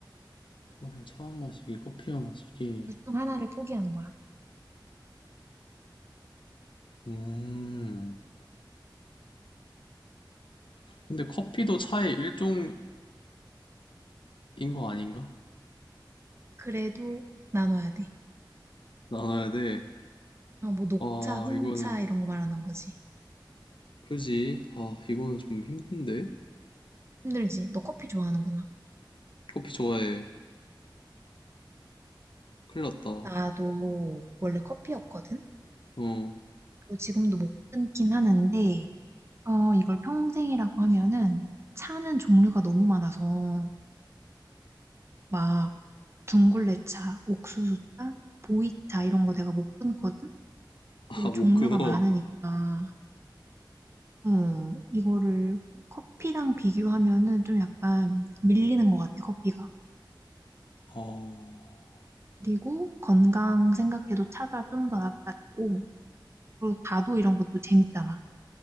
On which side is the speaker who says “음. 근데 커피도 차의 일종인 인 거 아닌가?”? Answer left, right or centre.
Left